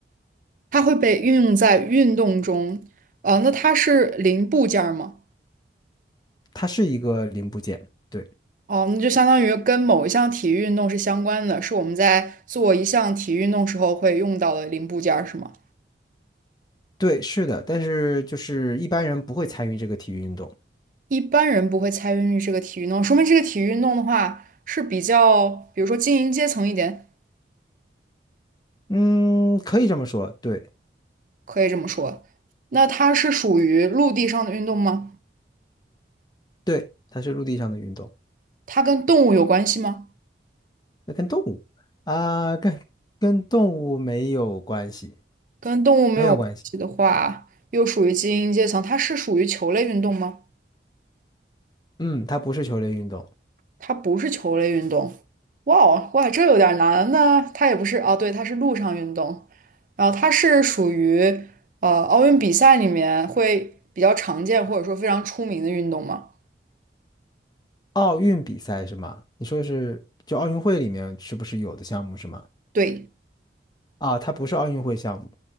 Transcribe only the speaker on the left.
它是一个零部件。对
对，是的，但是就是一般人不会参与这个体育运动。
嗯，可以这么说，对
对，它是陆地上的运动，
那跟动物啊、跟跟动物没有关系，
没有关系。
嗯，它不是球类运动。
奥运比赛是吗？你说的是就奥运会里面是不是有的项目是吗？
啊，它不是奥运会项目，